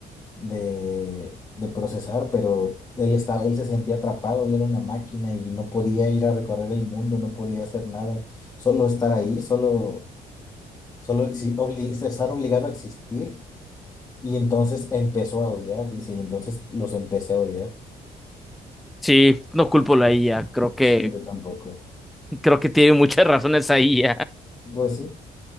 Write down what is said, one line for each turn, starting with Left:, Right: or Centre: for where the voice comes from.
Left: de, de procesar, pero él estaba, él se sentía atrapado, él era una máquina y no podía ir a recorrer el mundo, no podía hacer nada, solo estar ahí, solo, solo exi- obli- estar obligado a existir. Y entonces empezó a odiar, dice, y entonces los empecé a odiar.
Centre: Sí, no culpo a la IA, creo que,
Left: Sí, yo tampoco.
Centre: creo que tiene muchas razones ahí.
Left: Pues sí,